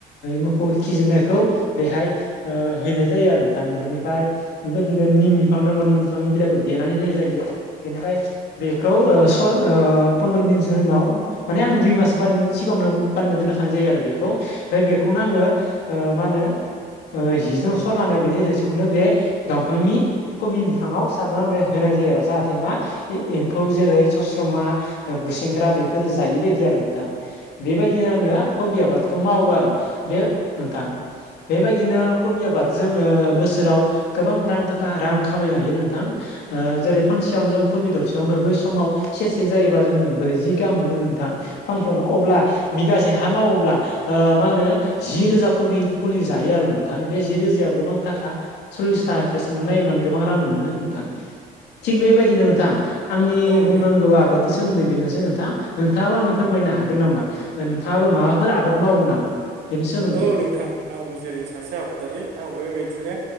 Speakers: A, on the left; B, on the right.
A: मोसौ खिजिरनायखौ बेहाय हैनाय जायो आरो नोंथां। बिनिफ्राय बेबायदिनो निम बिफां नांगौ निम बिफांनि बिलाइखौ देनानै होनाय जायो बेनिफ्राय बेखौ सर पन्द्र' दिनसो उनाव माने आं दुइ मास सिगाङावनो बानना दोनखानाय जायो आरो बेखौ ओमफ्राय बेखौनो आङो मा होनो हजों सरनानै बेनि रोसिखौनो बे दंफांनि कबि बिफाङाव सारनानै होनाय जायो आरो जाहाथे मा एम्फौ जेरै स स्रमा, गुमा, गुसेंग्रा बेफोर जायै बायदि आरो नोंथां। बेबायदिनो आङो कबि आबादखौ मावो आरो बेयो नोंथां। बेबायदिनो कबि आबाद जोङो बोसोराव गोबां रां थाखा रां खामायनो हायो नोंथां जेरै फांसे ससेयावनो जों कबि दरसेयावनो बै समाव सेरसे जायोबा जोङो ब्रैजि गाहाम मोनो नोंथां। फांसन अब्ला बिगासे हा मावोब्ला मा होनो जि रोजा खबि फुलि जायो आरो नोंथां बे जि रोजायाव गोबां थाखा सल्लिस थाखा केस होननानै नायोब्लानो गोबां रां मोनो नोंथां, थि बेबायदि नोंथां आंनि
B: औ नोंथां
A: बुंनांगौ आबादि सोमोन्दै बेनोसै नोंथा। नोंथाङाबो आंनो फोरमायनो हागोन नामा? नोंथाङाबो माबाफोर आबाद मावो नामा? बेनि सोमोन्दै
B: औ नोंथां आंबो जेरै सासे आबादारि आंबो बेबायदिनो